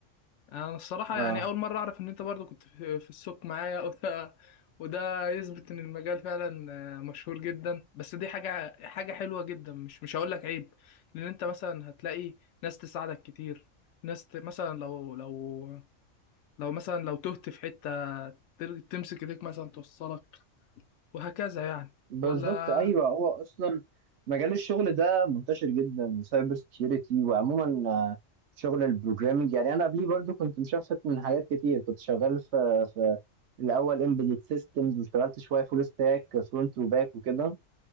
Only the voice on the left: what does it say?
انا الصراحة
يعني اول مرة اعرف ان انت برضو كنت في في السوق معايا <laughs> وده وده يثبت ان المجال فعلا مشهور جدا بس دي حاجة حاجة حلوة جدا مش مش هقول لك عيب لان انت مثلا هتلاقي ناس تساعدك كتير ناس ت... مثلا لو لو لو مثلا لو تهت في حتة تل- تمسك ايديك مثلا توصلك وهكذا يعني
ولا